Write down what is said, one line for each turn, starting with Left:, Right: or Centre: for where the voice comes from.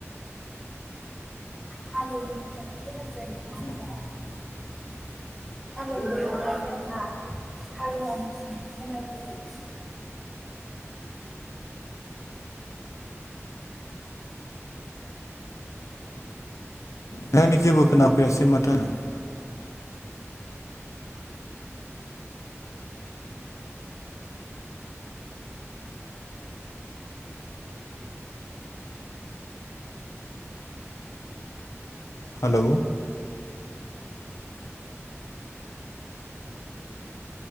Left: <inaudible>
Centre: हालेवनानै जानो
Left: <inaudible>
Centre: गोनां जायो नङा होमबा <unintelligible>
Left: नोंथांनि जेबो खोनाफैयासै माथो आं हेलौ